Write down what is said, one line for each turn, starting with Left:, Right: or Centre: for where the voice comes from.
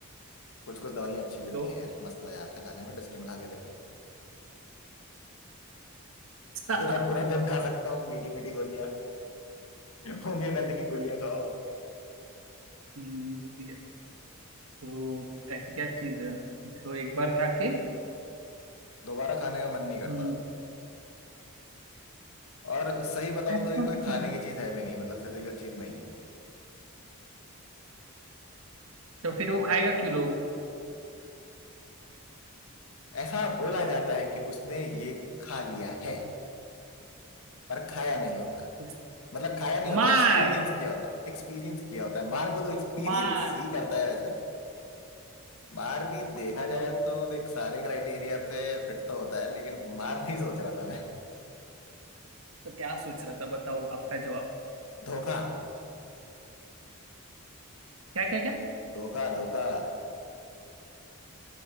Left: कुछ कुछ दवाइयाँ अच्छी भी होती
Right: तो
Left: हैं यार मस्त मजा आता है खाने में डस्टबिन खा के देखो
Right: <laughs>
Left: पूरा पूरा दिन खा सकता हूँ मीठी मीठी गोलियां होम्योपैथी
Right: बिल्कुल
Left: की गोलियां खाओ
Right: हम्म, वो भी है तो ऐसी क्या चीज है जो एक बार खा के
Left: दोबारा खाने का मन नहीं करता
Right: हम्म,
Left: और सही बताओ
Right: ऐसा
Left: तो ये
Right: कौन
Left: कोई
Right: सी चीज़
Left: खाने
Right: है?
Left: की चीज है भी नहीं मतलब फिजिकल चीज नहीं है
Right: तो फिर वो खाएगा क्यों लोग
Left: ऐसा बोला जाता है कि उसने ये खा लिया है पर खाया नहीं होता
Right: उस-
Left: मतलब खाया नहीं
Right: मार
Left: होता एक्सपीरियंस किया होता एक्सपीरियंस किया होता है मार्गो तो एक्सपीरियंस
Right: मार
Left: ही करता है वैसे मार भी देखा
Right: तो
Left: जाए तो देख सारे क्राइटेरिया पे फिट तो होता है लेकिन मार नहीं सोच रहा था मैं
Right: तो क्या सोच रहा था बताओ आपका जवाब
Left: धोखा
Right: क्या क्या क्या
Left: धोखा धोखा